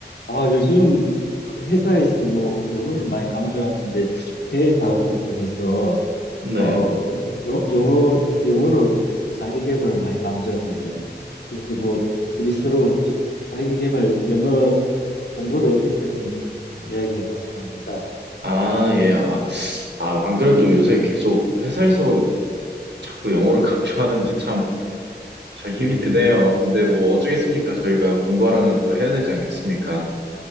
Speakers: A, on the left (about 75°); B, on the right (about 75°).
A: 아, 요즘 회사에서 뭐 영어를 많이 강조하는데 해외 사업도 있고 해서
B: 네.
A: 어 여- 영어 영어로 자기 개발을 많이 강조하네요. 그래서 뭐 우리 서로 이- 자기 개발 영어 공부를 어떻게 하는지 좀 이야기해 봤으면 합니다.
B: 아, 예. 아, 아, 안 그래도 요새 계속 회사에서 자꾸 영어를 <laughs> 강조하는지 참, 잘 힘이
A: 예,
B: 드네요. 근데 뭐 어쩌겠습니까? 저희가 공부하라면 또 해야 되지 않겠습니까?